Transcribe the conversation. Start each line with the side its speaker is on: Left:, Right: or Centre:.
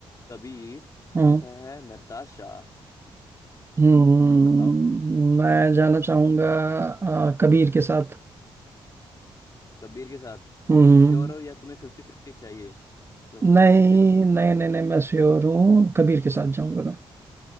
Left: कबीर
Right: हम्म,
Left: चौथा है नताशा
Right: हम्म,
Left: बताओ
Right: मैं जाना चाहूंगा अ, कबीर के साथ
Left: कबीर के साथ
Right: हम्म
Left: तुम श्योर हो या तुम्हें फिफ्टी फिफ्टी चाहिए तुम्हें फिफ्टी
Right: नहीं
Left: फिफ्टी दूंगा
Right: नहीं नहीं नहीं मैं श्योर हूँ कबीर के साथ जाऊंगा मैं